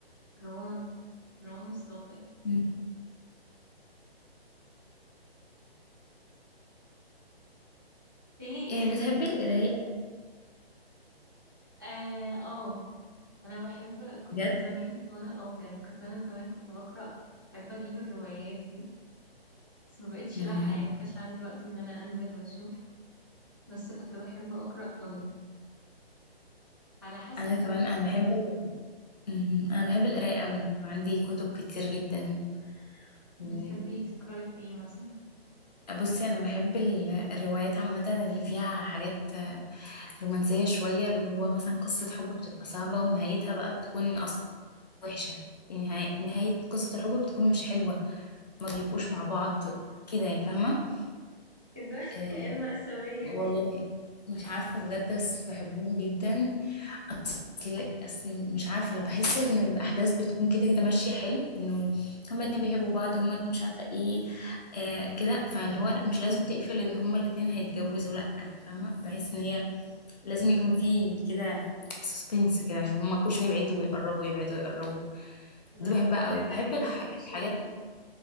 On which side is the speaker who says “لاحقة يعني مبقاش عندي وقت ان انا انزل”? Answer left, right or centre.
Right